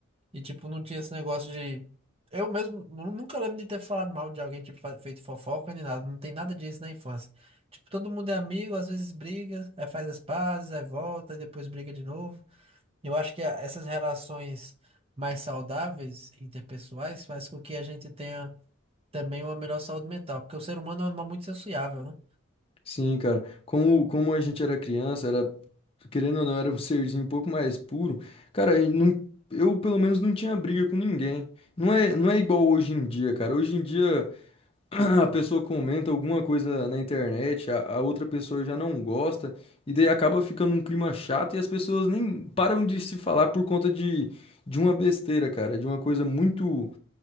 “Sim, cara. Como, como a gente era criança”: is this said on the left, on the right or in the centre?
Left